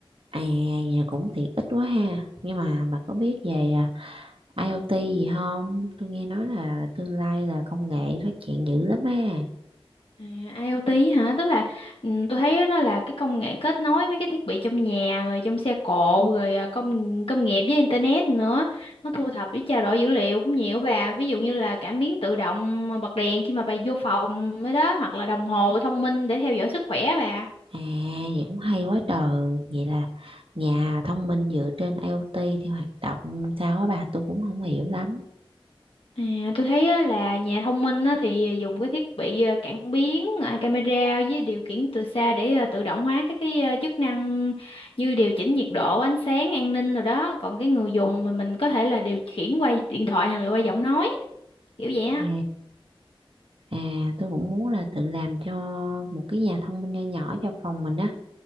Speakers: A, on the right; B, on the left.
A: à vậy cũng tiện ích quá ha nhưng mà bà có biết về à, IoT gì không? Tôi nghe nói là tương lai là công nghệ phát triển dữ lắm á.
B: À, IoT hả? Tức là ừm, tôi thấy nó là cái công nghệ kết nối mấy cái thiết bị trong nhà rồi trong xe cộ rồi à, công công nghiệp với internet nữa. Nó thu thập với trao đổi dữ liệu cũng nhiều bà. Ví dụ như là cảm biến tự động bật đèn khi mà bà vô phòng mới đó hoặc là đồng hồ thông minh để theo dõi sức khỏe bà.
A: À, vậy cũng hay quá trời. Vậy là nhà thông minh dựa trên IoT thì hoạt động sao á bà? Tôi cũng không hiểu lắm.
B: À, tôi thấy á, là nhà thông minh á, thì dùng cái thiết bị à, cảm biến à, camera với điều khiển từ xa để à, tự động hóa các cái à, chức năng như điều chỉnh nhiệt độ, ánh sáng, an ninh rồi đó. Còn cái người dùng mình mình có thể là điều khiển qua điện thoại hoặc là qua giọng nói kiểu vậy
A: À,
B: á.
A: à, tôi cũng muốn là tự làm cho một cái nhà thông minh nho nhỏ cho phòng mình á.